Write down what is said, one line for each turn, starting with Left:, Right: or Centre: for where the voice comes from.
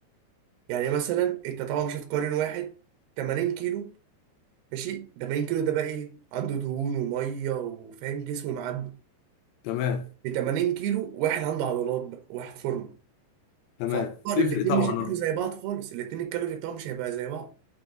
Right: يعني مثلا انت طبعا مش هتقارن واحد 80 كيلو ماشي 80 كيلو ده بقى ايه عنده دهون وميه وفاهم جسمه معدي
Left: تمام
Right: ب 80 كيلو واحد عنده عضلات بقى واحد فورمه
Left: تمام
Right: فطبعا
Left: تفرق
Right: الاتنين
Left: طبعا
Right: مش هياكلوا
Left: أه
Right: زي بعض خالص الاتنين الكالوري بتاعهم مش هيبقى زي بعض